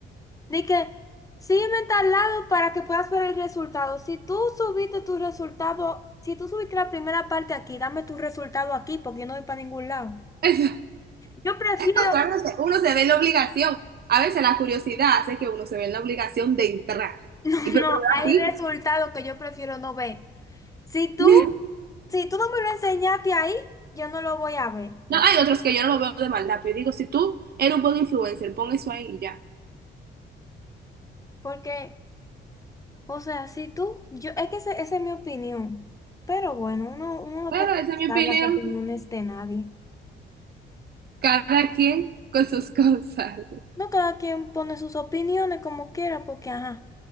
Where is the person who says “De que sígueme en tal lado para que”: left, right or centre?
Left